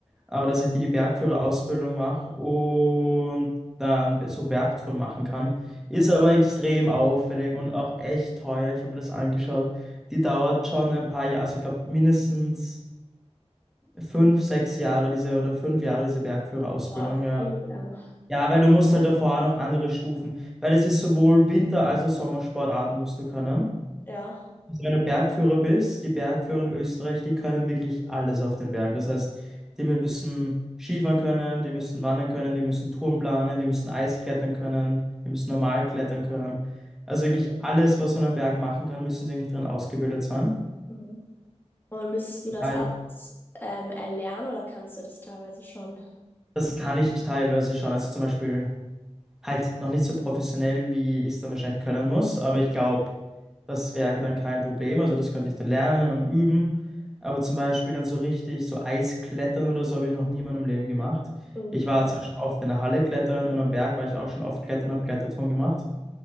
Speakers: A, in the centre; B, on the left.
A: Aber dass ich die, die Bergführerausbildung mache und dann so Bergtouren machen kann, ist aber extrem aufwendig und auch echt teuer. Ich habe mir das angeschaut. Die dauert schon ein paar Jahre, also ich glaube mindestens. Fünf, sechs Jahre diese oder fünf Jahre diese Bergführerausbildung,
B: Boah, das ist
A: ja.
B: ewig lang.
A: Ja, weil du musst halt davor auch noch andere Stufen, weil das ist sowohl Winter- als auch Sommersportarten musst du können.
B: Ja.
A: Also wenn du Bergführer bist, die Bergführer in Österreich, die können wirklich alles auf den Bergen. Das heißt, die müssen Skifahren können, die müssen wandern können, die müssen Touren planen, die müssen Eisklettern können, die müssen normal klettern können. Also wirklich alles, was man am Berg machen kann, müssen sie eigentlich drin ausgebildet sein.
B: Mhm. Und müsstest du das
A: Weil
B: alles ähm, erlernen oder kannst du das teilweise schon?
A: Das kann ich teilweise schon. Also zum Beispiel Halt noch nicht so professionell, wie ich es dann wahrscheinlich können muss, aber ich glaube, das wäre dann kein Problem. Also das könnte ich dann lernen und üben. Aber zum Beispiel dann so richtig, so Eisklettern oder so habe ich noch nie in meinem Leben gemacht.
B: Mhm.
A: Ich war zwar schon oft in der Halle klettern und am Berg war ich auch schon oft klettern, habe Kletterturm gemacht.